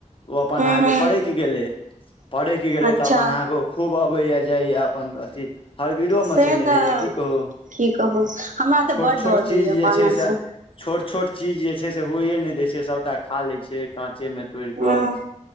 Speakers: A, on the left; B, on the right.
A: ओ अपन
B: हूँ
A: अहाँके
B: हूँ
A: पड़ैक गेलै पड़ैक गेलै
B: अच्छा
A: तऽ अपन अहाँके ओ खूब अबैए जाइए अपन अथी। हरबिरो मचेने
B: से
A: रहैय
B: तऽ
A: की कहू
B: की कहू हमरा
A: छोट-छोट
B: तऽ बड डर
A: चीज
B: होइया
A: जे
B: बानर
A: छैय से छोट-छोट चीज जे छै से होइए नहि दै छै सबटा खा लैए छै काँचेमे तोड़ि
B: हूँ
A: कऽ